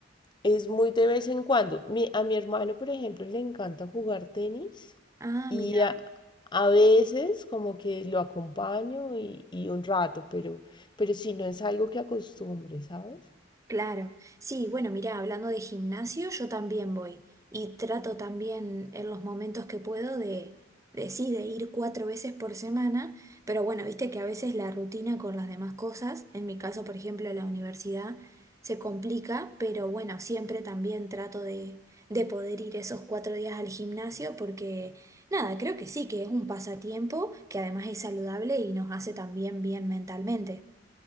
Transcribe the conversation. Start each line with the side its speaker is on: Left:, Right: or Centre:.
Left: es muy de vez en cuando. Mi- a mi hermano, por ejemplo, le encanta jugar tenis.
Right: Ah,
Left: Y
Right: mira.
Left: a, a veces como que lo acompaño y, y un rato, pero, pero si no es algo que acostumbre, ¿sabes?
Right: Claro, sí, bueno, mira, hablando de gimnasio, yo también voy y trato también en los momentos que puedo de, de sí, de ir cuatro veces por semana, pero bueno, viste que a veces la rutina con las demás cosas, en mi caso, por ejemplo, la universidad, se complica, pero bueno, siempre también trato de, de poder ir esos cuatro días al gimnasio porque, nada, creo que sí, que es un pasatiempo que además es saludable y nos hace también bien mentalmente.